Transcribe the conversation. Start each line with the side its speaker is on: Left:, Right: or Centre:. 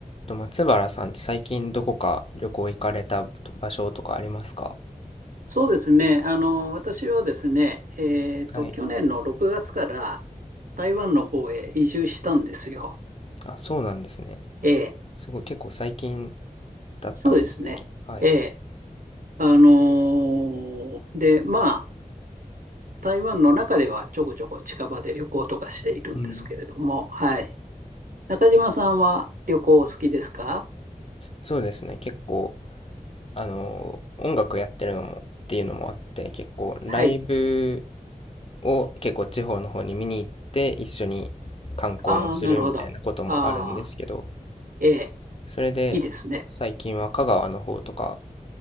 Left: と松原さんって最近どこか旅行行かれた場所とかありますか
Right: そうですね。あの、私はですね、えっと、
Left: はい。
Right: 去年の6月から台湾の方へ移住したんですよ。
Left: あ、そうなんですね。
Right: ええ、
Left: すごい、結構最近だったんですね。
Right: そうですね。
Left: けはい。
Right: ええ、あのーで、まあ、台湾の中ではちょこちょこ近場で旅行とかしているんですけれども、
Left: うん。
Right: はい。中島さんは旅行お好きですか
Left: そうですね。結構、あの、音楽やってるのもっていうのもあって、結構ライブ
Right: はい。
Left: を結構地方の方に見に行って一緒に観光もするみたいなこともあるんですけど、
Right: ああ、なるほど。ああ、ええ、
Left: それで最近は香川の方とか
Right: いいですね。